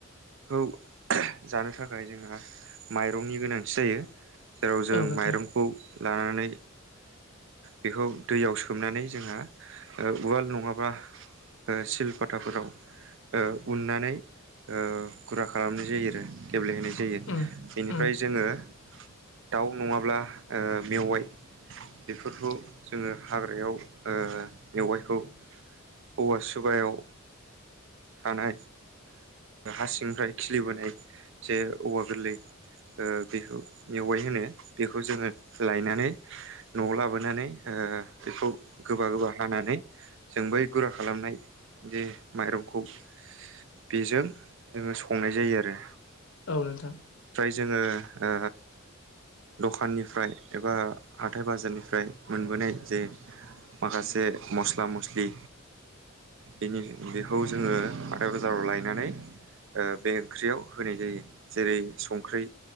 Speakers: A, on the right; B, on the left.
A: खौ जानो थाखाय जोंहा माइरंनि गोनांथि जायो जेराव जों
B: औ नोंथां
A: माइरंखौ लानानै बेखौ दैयाव सोमनानै जोंहा उवाल नंङाब्ला ओ सिलपताफोराव ओ उननानै ओ गुरा खालामनाय जायो आरो देब्ले होनाय जायो
B: उम
A: बेनिफ्राय
B: उम
A: जोंङो दाउ नंङाब्ला ओ मेवाइ बेफोरखौ जोंङो हाग्रायाव मेवाइखौ औवा सुबायाव थानाय हा सिंफ्राय खिलिबोनाय जे औवा गोरलै बेखौ मेवाय होनो बेखौ जोंङो लायनानै न'आव लाबोनानै बेखौ गोबा गोबा हानानै जों बै गुरा खालामनाय जे माइरंखौ बेजों जोंङो संनाय जायो आरो
B: औ नोंथां
A: जोंङो ओ दखाननिफ्राय एबा हाथथाय बाजारनिफ्राय मोनबोनाय जे माखासे मस्ला मस्लि बेनि बेखौ जोंङो हाथाय बाजाराव लायनानै बे ओंख्रियाव होनाय जायो जेरै संख्रि